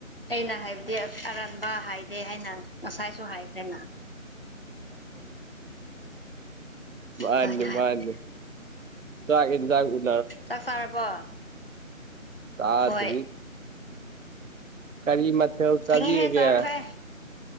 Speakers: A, on the left (about 45°); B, on the right (about 65°).
A: ꯑꯩꯅ ꯍꯥꯏꯕꯗꯤ ꯑꯔꯥꯟꯕ ꯍꯥꯏꯗꯦ ꯍꯥꯏꯅ ꯉꯁꯥꯏꯁꯨ ꯍꯥꯏꯈ꯭ꯔꯦꯅ
B: ꯃꯥꯅꯤ
A: ꯑꯗꯨꯃꯥꯏꯅ ꯍꯥꯏꯕꯅꯦ
B: ꯃꯥꯅꯤ <inaudible>
A: ꯆꯥꯛ ꯆꯥꯔꯕꯣ
B: ꯆꯥꯗ꯭ꯔꯤ
A: ꯍꯣꯏ
B: ꯀꯔꯤ ꯃꯊꯦꯜ ꯆꯥꯕꯤꯕꯒꯦ
A: ꯊꯦꯡꯉꯦꯍꯦ ꯆꯥꯔꯣꯍꯦ